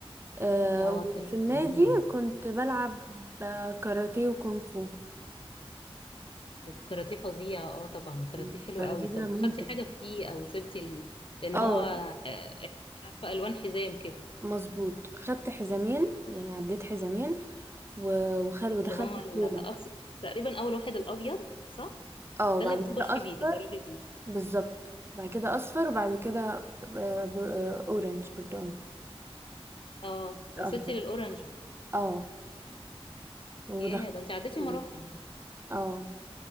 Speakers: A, on the right; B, on the left.
A: آه،
B: اه كان
A: وفي النادي
B: جميل
A: كنت بلعب آه، كاراتيه وكونغ فو
B: الكاراتيه فظيع اه طبعا الكاراتيه
A: الكاراتيه
B: حلو قوي طب
A: ده ممتع
B: خدتي حاجة فيه أو وصلتي ال... لأن
A: اه
B: هو آه، عارفة ألوان حزام كده
A: مظبوط خدت حزامين يعني عديت حزامين و- وخد ودخلت
B: اللي هما
A: بطولة
B: الأبس... تقريبا أول واحد الأبيض صح؟
A: اه وبعد
B: ده اللي بتخشي
A: كده اصفر
B: بيه تتدربي بيه
A: بالظبط بعد كده اصفر وبعد كده آه، بر- آه، اورنج برتقاني
B: اه وصلتي
A: اخضر
B: للأورنج
A: اه ودخلت
B: ياه ده انت عديتي
A: بطولة
B: مراحل
A: اه